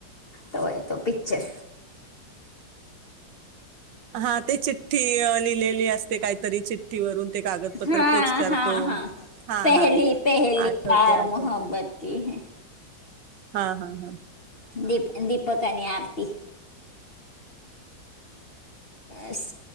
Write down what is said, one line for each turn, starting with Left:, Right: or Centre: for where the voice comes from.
Left: तवाय तो पिकच्चर
Right: हा ते चिठ्ठी लिहिलेली असते काहीतरी चिठ्ठीवरून ते कागदपत्र
Left: हां
Right: पोच करतो
Left: हां हां
Right: हा
Left: पेहली
Right: हा
Left: पेहली
Right: आठवते
Left: बार
Right: आठवते
Left: मोहब्बत की है
Right: हा हा हा
Left: दीप दीपक आणि आरती अस.